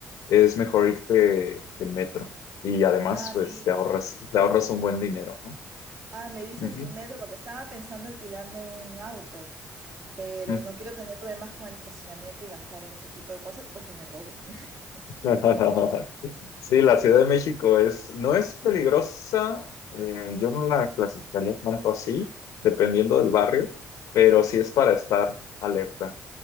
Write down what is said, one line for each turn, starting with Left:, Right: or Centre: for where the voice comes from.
Left: es mejor irte en metro. Y además,
Right: Ah,
Left: pues
Right: me, di-
Left: te ahorras, te ahorras un buen dinero, ¿no?
Right: ah, me dices
Left: Ujú,
Right: en metro, porque estaba pensando alquilarme un auto, pero
Left: ujú.
Right: no quiero tener problemas con el estacionamiento y gastar en ese tipo de cosas o que me roben. <laughs>
Left: <laughs> Sí, la Ciudad de México es, no es peligrosa, eh, yo no la clasificaría tanto así, dependiendo del barrio, pero sí es para estar alerta.